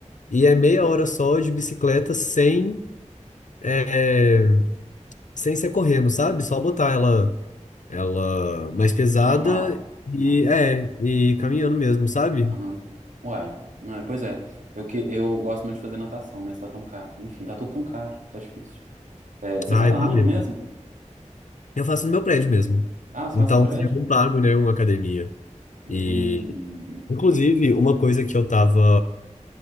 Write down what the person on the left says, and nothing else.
E é meia hora só de bicicleta sem, é, sem ser correndo, sabe? Só botar ela, ela mais pesada
e,
é, e caminhando mesmo, sabe?
Ai,
tá mesmo.
Eu faço no meu prédio mesmo.
Então,
assim, eu não pago, né, uma academia.
E, inclusive, uma coisa que eu tava.